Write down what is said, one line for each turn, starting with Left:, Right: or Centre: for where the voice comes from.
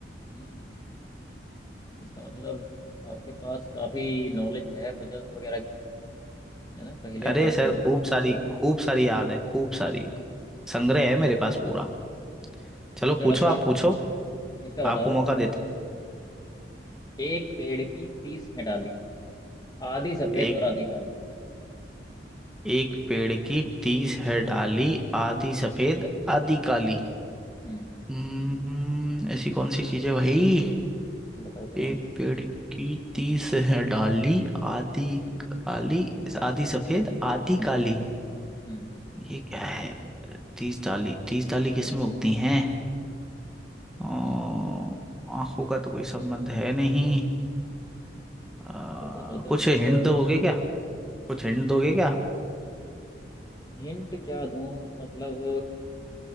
Left: हम्म इसका मतलब आपके पास काफी नॉलेज है पजल्स वगैरह की है ना पहेलियां
Centre: <laughs> अरे
Left: काफी
Centre: सर
Left: हैं
Centre: खूब सारी खूब सारी याद है खूब सारी संग्रह है मेरे पास पूरा चलो
Left: चलो
Centre: पूछो
Left: अच्छा
Centre: आप पूछो
Left: इसका बताओ
Centre: आपको मौका देते
Left: एक पेड़ की तीस है डाली आधी सफेद
Centre: हैं। एक
Left: और आधी काली
Centre: एक पेड़ की तीस है डाली आधी सफेद आधी काली
Left: हम्म
Centre: हम्म ऐसी कौन सी चीज है भाई
Left: बताओ क्या
Centre: एक
Left: है
Centre: पेड़ की तीस है डाली आधी काली आधी सफेद आधी काली
Left: हम्म
Centre: ये क्या है तीस डाली तीस डाली किसमें होती हैं अ,
Left: हम्म
Centre: आंखों का तो कोई संबंध है नहीं अ,
Left: सोचो सोचो
Centre: कुछ
Left: सोचो
Centre: हिंट दोगे क्या कुछ हिंट दोगे क्या
Left: हिंट क्या दूं मतलब